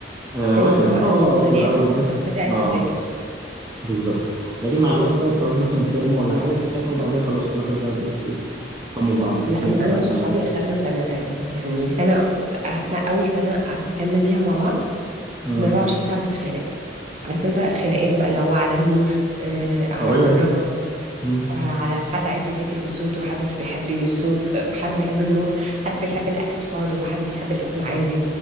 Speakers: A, on the right; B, on the right.
A: آه
B: أيوة
A: ولكن
B: اللي هو أنا
A: اه
B: عايزة
A: في
B: أنام
A: الاول بس
B: وصاحبتي عايزة
A: اه
B: تذاكر
A: بالظبط لكن مع الوقت بقى بتقعدي مثلا ترموا ولا حاجة تتخانقوا وبعدها خلاص كل واحد بقى بت ايه بتفهموا بعض، فالدنيا
B: لا أنا
A: بتبقى
B: أنا
A: احسن
B: وصحابي
A: بعد كده.
B: أخدنا سنة تقريبا يعني سنة س- س- أول سنة سكننا فيها مع بعض
A: آه.
B: كنا 24 ساعة بنتخانق عارف أنت خناقات بقى اللي هو على النور آه على
A: طبيعي.
B: الكهرباء
A: مم.
B: آه، على حد عايز يذاكر بصوت وحد مش بيحب الصوت آه، حد بيحب النور حد بيحب الاكل حار وحد بيحب الاكل عادي